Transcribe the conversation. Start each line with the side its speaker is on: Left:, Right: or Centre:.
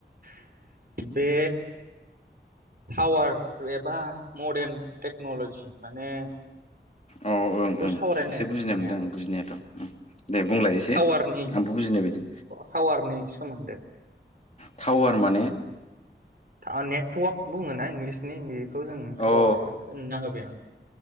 Right: <inaudible> बे टावार एबा मडार्न टेक्न'लजि माने
Left: औ ओं
Right: बेखौ
Left: ओं
Right: सावरायनो नागिरमोन
Left: एसे बुजिनाय
Right: माने
Left: मोनदों
Right: आं।
Left: बुजिनायाथ' उम दे बुंलाय एसे
Right: टावारनि
Left: आंबो बुजिनाय बायदि
Right: टावारनि सोमोन्दो।
Left: टावार माने
Right: था नेटवार्क बुङो ना इंलिसनि बे खौ जों टावार
Left: औ
Right: होनना होबाय आं।